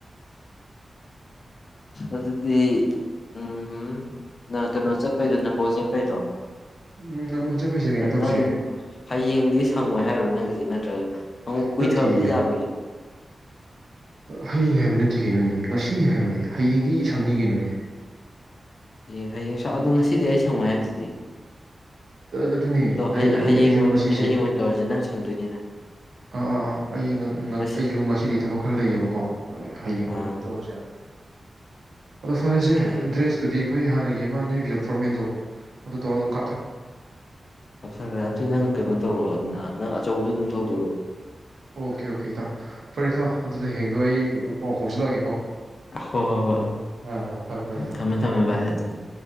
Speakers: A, on the left; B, on the right.
A: ꯑꯗꯨꯗꯤ ꯎꯝ ꯀꯩꯅꯣ ꯆꯖꯄ ꯅ ꯣ ꯆꯠꯄꯩꯗꯣ
B: ꯎꯝ ꯅꯃꯣꯟ ꯆꯠꯄꯩꯁꯦ ꯀꯩꯅꯣ ꯇꯧꯁꯦ
A: ꯅꯪ ꯍꯌꯦꯡꯗꯤ ꯁꯪꯉꯣꯏ ꯍꯥꯏꯔꯣꯏ ꯅꯪꯒꯤꯁꯤ ꯅꯠꯇ꯭ꯔꯒ ꯑꯃꯨꯛ ꯀꯨꯏꯊꯕꯗꯤ
B: ꯅꯠꯇꯦꯌꯦ
A: ꯌꯥꯔꯣꯏꯌꯦ
B: ꯍꯌꯦꯡ ꯍꯥꯏꯕ ꯅꯠꯇꯦ ꯀꯩꯅꯣꯅꯦ ꯉꯁꯤ ꯍꯥꯏꯕꯅꯦ ꯍꯌꯦꯡꯗꯤ ꯁꯪꯅꯤ ꯀꯩꯅꯣꯅꯦ
A: ꯍꯌꯦꯡ ꯍꯌꯦꯡꯁ ꯑꯗꯣ ꯉꯁꯤꯗꯤ ꯑꯩ ꯁꯪꯉꯣꯏ ꯍꯥꯏꯗꯨꯗꯤ
B: ꯑꯗꯨꯅꯤ
A: ꯑꯗꯣ ꯍꯌꯦ
B: ꯑꯩꯁꯨ
A: ꯍꯌꯦꯡ ꯑꯣꯏ
B: ꯉꯁꯤꯁꯦ
A: ꯑꯗꯨꯗꯤ ꯍꯌꯦꯡ ꯑꯣꯏꯅ ꯇꯧꯔꯁꯦ ꯅꯪ ꯁꯪꯗꯣꯏꯅꯤꯅ
B: ꯑꯥ ꯑꯥ ꯑꯥ ꯑꯩ
A: ꯉꯁꯤ
B: ꯑꯩꯁꯨ ꯉꯁꯤꯗꯤ ꯊꯕꯛ ꯈꯔ ꯂꯩꯌꯦꯕꯀꯣ ꯍꯌꯦꯡꯗꯣ
A: ꯑꯥ
B: ꯀꯩꯅꯣ ꯇꯧꯔꯁꯦꯣ ꯑꯗꯣ ꯐꯔꯦꯁꯦ
A: ꯑꯣꯀꯦ
B: ꯑꯦꯗ꯭ꯔꯦꯁꯇꯨꯗꯤ ꯑꯩꯈꯣꯏ ꯍꯥꯟꯅꯒꯤ ꯏꯦꯝ ꯑꯃ ꯅꯩꯕꯤꯌꯣ ꯐꯣꯔꯃꯦꯟꯗꯣ ꯑꯗꯨ ꯇꯂꯣꯗꯣꯡ
A: ꯀꯞꯁꯟꯈ꯭ꯔꯦ ꯑꯗꯨꯏ ꯅꯪ ꯀꯩꯅꯣ ꯇꯧꯔꯣꯑꯣ ꯑ ꯆꯧ ꯊꯣꯛ
B: ꯑꯣꯀꯦ ꯑꯣꯀꯦ ꯊ ꯐꯔꯦ ꯊꯣ ꯑꯗꯨꯗ ꯍꯡꯗꯣ ꯑꯩ ꯄꯥꯎ ꯐꯥꯎꯖꯤꯜꯂꯛꯑꯒꯦꯀꯣ
A: ꯍꯣ ꯍꯣꯏ ꯍꯣꯏ
B: ꯑꯥ ꯐꯔꯦ ꯐꯔꯦ
A: ꯎ
B: ꯏꯇꯥꯎ
A: ꯊꯃꯦ ꯊꯝꯃꯦ ꯍꯥꯏꯔ ꯑꯗꯨ